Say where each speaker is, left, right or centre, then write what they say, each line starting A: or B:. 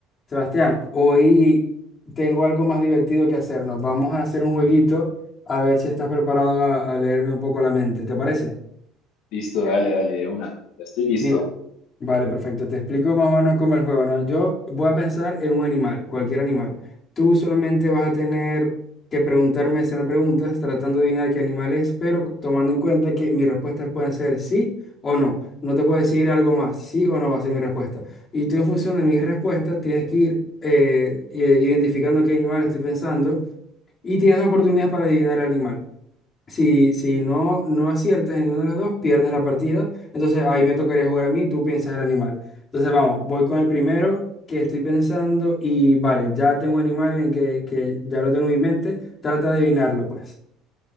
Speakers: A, on the left (about 35°); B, on the left (about 70°).
A: Sebastián, hoy tengo algo más divertido que hacernos. Vamos a hacer un jueguito a ver si estás preparado a, a leerme un poco la mente. ¿Te parece?
B: Listo, dale, dale, de una. Ya estoy listo.
A: Mira, Vale, perfecto. Te explico más o menos cómo es el juego, ¿no? Yo voy a pensar en un animal, cualquier animal. Tú solamente vas a tener que preguntarme, hacer preguntas, tratando de adivinar qué animal es, pero tomando en cuenta que mis respuestas pueden ser sí o no. No te puedo decir algo más, sí o no va a ser mi respuesta. Y tú en función de mis respuestas tienes que ir eh, eh, identificando qué animal estoy pensando y tienes dos oportunidades para adivinar el animal. Si, si no, no aciertas en ninguna de las dos, pierdes la partida. Entonces ahí me tocaría jugar a mí, tú piensas el animal. Entonces vamos, voy con el primero que estoy pensando y vale, ya tengo un animal en que, que ya lo tengo en mi mente. Trata de adivinarlo, pues.